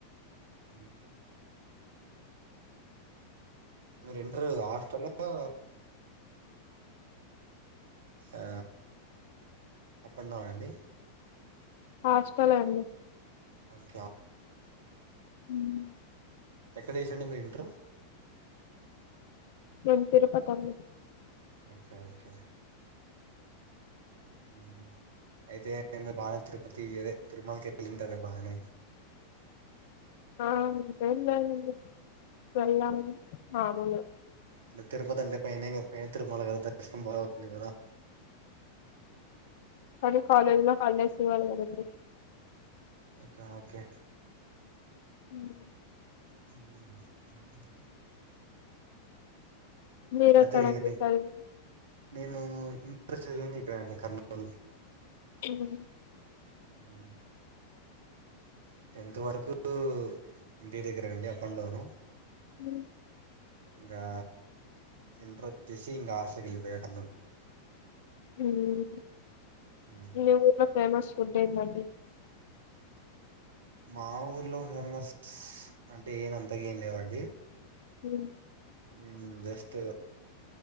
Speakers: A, on the right; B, on the left.
A: హ మీరు ఇంటర్ హాస్టల్ హా ఆ అప్ అండ్ డౌన్ అండి
B: హాస్టల్ అండి
A: ఓకే
B: మ్మ్ హ్హ్
A: ఎక్కడ చేసారండి మీరు ఇంటరు
B: నేను తిరుపతి అండి
A: ఓకే ఓకే ఉమ్ అయితే బానే తిరుపతి అదే తిరుమలకి వెళ్ళింటరే బానే
B: ఆ అంతేం లేద్ అండి వెళ్ళాం మాముూలే
A: ఇంగ తరుపతి అంటే పైనే గా పైన తరుమల గదా దర్శనం బాగ అవుతుంది గదా
B: కానీ కాలేజీ లో హాలిడేస్ ఇవ్వలికదండి
A: ఓకే ఓకే
B: ఉం
A: ఉమ్
B: మీర్
A: ఎలా
B: ఎక్కడ
A: జరిగిందండి
B: అండి చదివింది
A: నేను ఇంటర్ చదివింది ఇక్కడ అండి కర్నూలు
B: ఉమ్
A: ఉమ్ టెన్త్ వరకు ఇంటి దగ్గరే అండి అప్ అండ్ డౌను
B: ఉం
A: ఇంకా ఇంటర్ వచ్చేసి ఇంకా హాస్టల్ కేళ్ళిపోయా కర్నూలు
B: ఉమ్
A: ఉమ్,
B: మీ ఊర్లో ఫేమస్ ఫుడ్ ఎందండీ
A: మా ఊర్లో ఫేమస్ అంటే ఏన అంతగా ఏం లేవండి
B: హ్మ్
A: ఉమ్ జస్ట్